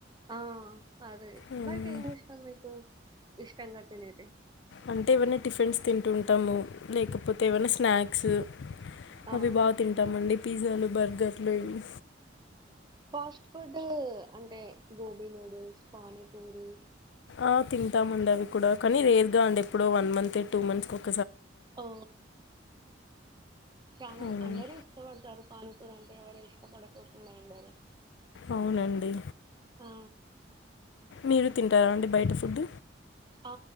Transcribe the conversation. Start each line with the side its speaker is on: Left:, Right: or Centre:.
Right: ఆ అదే
Left: ఉమ్,
Right: బయట ఏం ఇష్టం మీకు ఇష్టంగా తినేది
Left: అంటే ఏవన్న టిఫిన్స్ తింటూ ఉంటాము లేకపోతే ఏమైనా స్నాక్స్
Right: ఆ
Left: అవి బా తింటామండి పిజ్జాలు బర్గర్లు ఇవి
Right: ఫాస్ట్ ఫుడ్ అంటే గోబీ నూడుల్స్ పానీపూరి
Left: ఆ తింటామండి అవి కూడా కానీ రేర్గా అండి ఎప్పుడో వన్ మంత్ టూ మంత్స్ కి ఒక
Right: ఓ చాలా
Left: అవునండి
Right: అందరూ ఇష్టపడతారు పానీపురి ఎవరు ఇష్టపడకోకుండా ఉండరు
Left: అవునండి
Right: ఆ
Left: మీరు తింటారా అండి బయట ఫుడ్
Right: ఆ